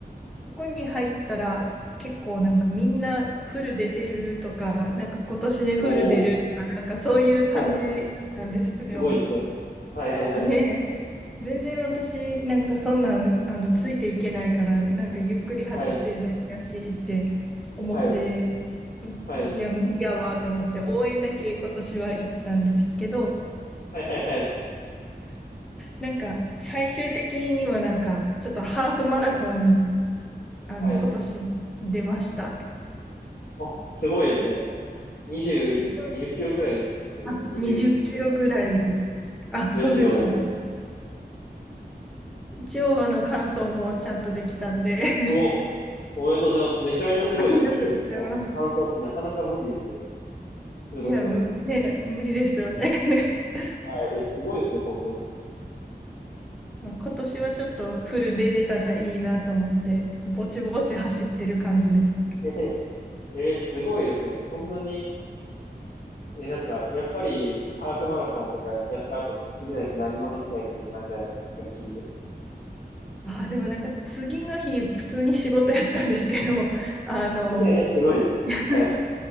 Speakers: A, in the centre; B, on the left (about 55°).
A: そこに入ったら結構なんかみんなフル出てるとか、なんか今年でフル出るとか、
B: おー、
A: なんかそういう感じなんですよ。
B: はい。すごいですね。はいはいはい。
A: ねえ。全然私なんかそんなんあのついていけないから、なんかゆっくり走ってるだけやしって
B: はい。
A: 思って、
B: はい。
A: ういや、
B: はい。
A: 無理やわって思って応援だけ今年は行ったんですけど、
B: はいはいはい。
A: なんか最終的にはなんかちょっとハーフマラソンに
B: はい。
A: あの今年出ました。
B: はい。あ、すごいですね。
A: で、
B: 20、
A: 一応
B: 20キロくらいですよね。
A: あ20キロぐらい、
B: 21キロとか。
A: あ、
B: ですよね。
A: そうです、そうです。一応あの完走もちゃんとできたんで
B: うお。おめでとうございます。めちゃめちゃすごいですね。
A: <laughs> ありがとうございます。
B: 20キロの完走ってなかなか無理ですよ。普通の人は。
A: いや、む、ね、無理ですよね <laughs>
B: はい。え、すごいですね、本当。
A: まあ今年はちょっとフルで出れたらいいなと思って、ぼちぼち走ってる感じです。
B: <laughs> えー、すごいですね。そんなに、え、なんか、やっぱり、ハーフマラソンとかやった後って次の日何もできないっていう感じじゃないですか。疲れすぎて。
A: あー、でもなんか次の日普通に仕事やったんですけど、あの、
B: えー、すごい。
A: <laughs>
B: はい。